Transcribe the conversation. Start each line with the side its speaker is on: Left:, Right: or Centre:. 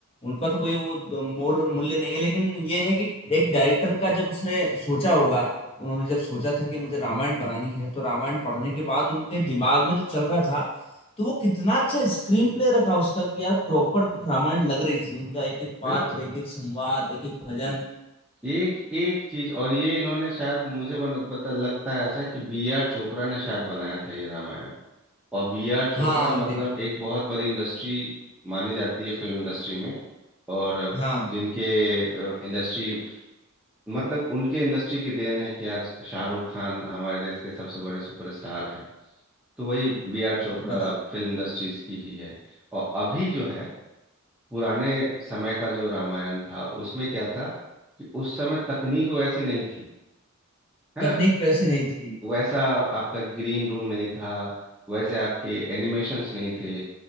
Left: उनका तो कोई वो द- मोल और मूल्य नहीं है लेकिन ये है कि एक डायरेक्टर का जब उसने सोचा होगा उन्होंने जब सोचा था कि मुझे रामायण बनानी है तो रामायण पढ़ने के बाद उनके दिमाग में जो चल रहा था तो वो कितना अच्छा स्क्रीन प्ले रखा उसका कि यार प्रॉपर रामायण लग रही थी उनका एक एक पात्र
Centre: बिल्कुल
Left: एक एक संवाद एक एक भजन
Centre: एक एक चीज और ये इन्होंने शायद मुझे बन, पता लगता है ऐसा कि बी आर चोपड़ा ने शायद बनाया था ये रामायण और बी आर चोपड़ा
Left: हाँ
Centre: मतलब
Left: वे-
Centre: एक बहुत बड़ी इंडस्ट्री मानी जाती है फिल्म इंडस्ट्री में और
Left: हाँ हाँ,
Centre: जिनके इंडस्ट्री मतलब उनके इंडस्ट्री की देन है कि आज शाहरुख खान हमारे देश के सबसे बड़े सुपरस्टार हैं तो वही B R Chopra
Left: बता
Centre: film industries की ही है और अभी जो है पुराने समय का जो रामायण था उसमें क्या था कि उस समय तकनीक वैसी नहीं थी है
Left: तकनीक
Centre: ना
Left: वैसी नहीं थी
Centre: वैसा आपका ग्रीन रूम नहीं था वैसे आपके एनिमेशंस नहीं थे